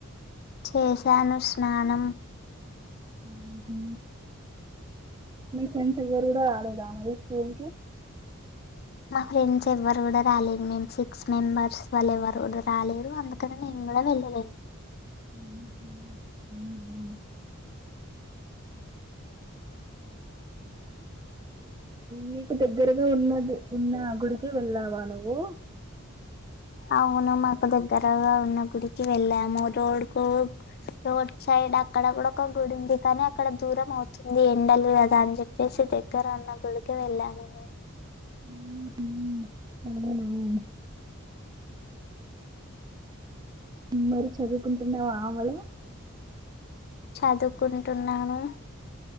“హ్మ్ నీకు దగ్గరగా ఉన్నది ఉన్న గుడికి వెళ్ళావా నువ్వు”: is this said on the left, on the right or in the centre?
Right